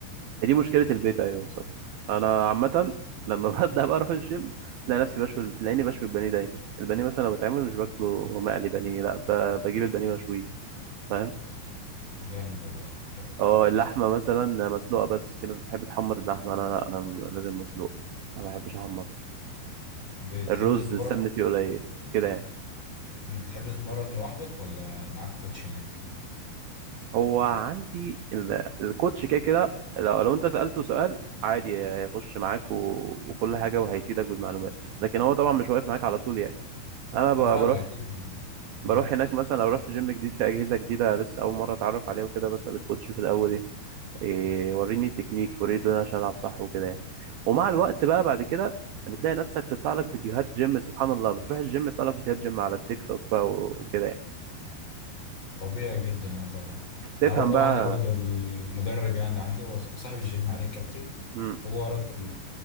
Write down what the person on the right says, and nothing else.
دي مشكله البيت ايوه الصراحه انا عامه لما <laughs> ببدا بقى اروح الجيم تلاقي نفسي بشوي تلاقيني بشوي البانيه دايما البانيه مثلا لو بتعمل مش باكله مقلي بانيه لا ب... بجيب البانيه مشويه فاهم
اه اللحمة مثلا مسلوقة بس في ناس بتحب تحمر اللحمة أنا لا أنا م- لازم مسلوقة أنا ما بحبش أحمر
الرز
السمن فيه قليل كده يعني
هو عندي ال- الكوتش كده كده لو لو أنت سألته سؤال عادي هيخش معاك و... وكل حاجة وهيفيدك بالمعلومات لكن هو طبعا مش واقف معاك على طول يعني أنا ب...
بروح
بروح
هناك مثلا لو رحت جيم جديد في أجهزة جديدة لسه أول مرة أتعرف عليها وكده بسأل الكوتش في الأول إيه وريني التكنيك وريني الدنيا عشان العب صح وكده يعني ومع الوقت بقى بعد كده بتلاقي نفسك تطلع لك فيديوهات جيم سبحان الله بتروح الجيم يطلع لك فيديوهات جيم على التيك توك بقى و- وكده يعني
تفهم
بقى
امم